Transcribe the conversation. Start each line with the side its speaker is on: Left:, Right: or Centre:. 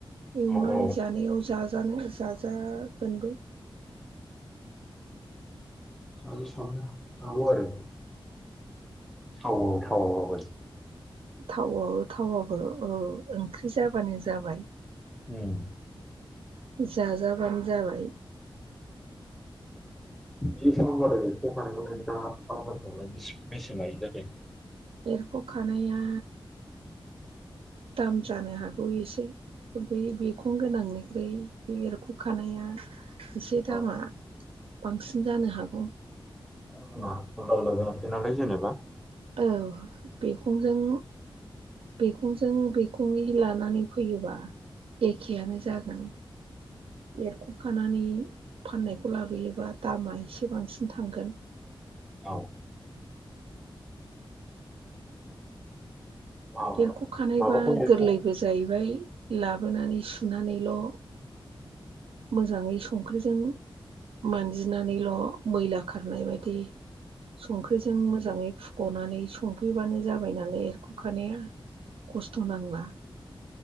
Right: एवनानै
Centre: औ औ
Right: जानायाव जा जानाय जाजागोनबो।
Centre: आलिसाबना हागौ आरो। थावाव थावाव होबाय।
Right: थावबो थावाबबो औ ओंख्रि जाबानो जाबाय।
Centre: उम।
Right: जाजाबानो जाबाय।
Centre: बे साम लादाय एरख खानायखौलाय बिथाङा बाजारफ्रावलाय बेसे लायो जाखो
Right: एरख'खानाया दाम जानो हागौ एसे फ्राय बिखं गोनांनिख्रइ बे एरख' खानाया एसे दामा
Centre: औ
Right: बांसिन जानो हागौ।
Centre: <unintelligible> नानै जेनेबा
Right: औ बिखुंजों बिखुंजों बिखुंनि लानानै फै फैयोबा एखेयानो जागोन। एरख'खानानै फाननायखौ लाबोयोबा दामा एसे बांसिन थांगोन।
Centre: औ। माबायानो
Right: एरख'खानायबा
Centre: माबाखौ एरख'
Right: गोरलैबो
Centre: औ
Right: जाहैबाय। लाबोनानै सुनानैल' मोजाङै संख्रिजों मानजिनानैल' मैला खारनाय बायदि संख्रिजों मोजाङै फु गनानै संफैबानो जाबाय नालाय एरख'खानाया खस्थ' नांला।